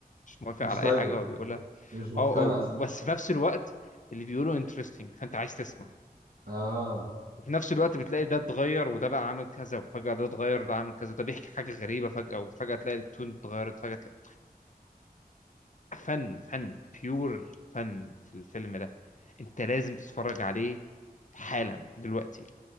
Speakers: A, on the left; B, on the right.
A: مش موافق
B: مش
A: على
B: طايقه
A: اي حاجه هو بيقولها
B: مش مقتنع
A: اه اه
B: أصلا
A: بس في نفس الوقت اللي بيقولوا انترستنج فانت عايز تسمع
B: آه
A: وفي نفس الوقت بتلاقي ده اتغير وده بقى عامل كذا وفجأة ده اتغير وده عامل كذا وده بيحكي حاجة غريبة فجأة وفجأة تلاقي التون اتغيرت فجأة تلاقي فن فن بيور فن في الفيلم ده انت لازم تتفرج عليه حالا دلوقتي